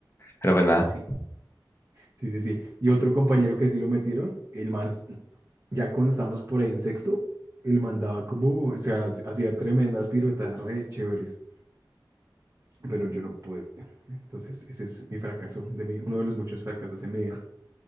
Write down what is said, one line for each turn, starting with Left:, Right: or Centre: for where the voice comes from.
Left: Pero pues nada,
Right: Sí, sí, sí, sí. Y otro compañero que sí lo metieron, el man, s- ya cuando estábamos por ahí en sexto, el man daba como, o sea, h- hacía tremendas piruetas re chéveres, pero yo no pude. Entonces, ese es mi fracaso, de mí, uno de los muchos fracasos en mi vida.